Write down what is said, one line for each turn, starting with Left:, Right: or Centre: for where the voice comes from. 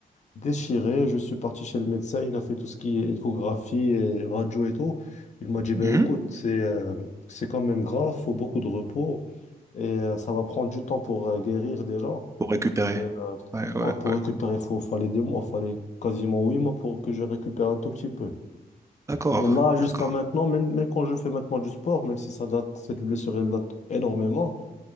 Left: déchiré. Je suis parti chez le médecin. Il a fait tout ce qui est échographie et radio et tout. Il m'a dit,
Right: Mhm.
Left: ben écoute, c'est euh, c'est quand même grave, faut beaucoup de repos et euh, ça va prendre du temps pour euh, guérir déjà.
Right: Pour récupérer.
Left: Et, euh,
Right: Ouais,
Left: moi,
Right: ouais,
Left: pour
Right: ouais.
Left: récupérer, il faut, fallait des mois, fallait quasiment huit mois pour que je récupère un tout petit peu.
Right: D'accord,
Left: Et là, jusqu'à
Right: d'accord.
Left: maintenant, même, même quand je fais maintenant du sport, même si ça date, cette blessure, elle date énormément,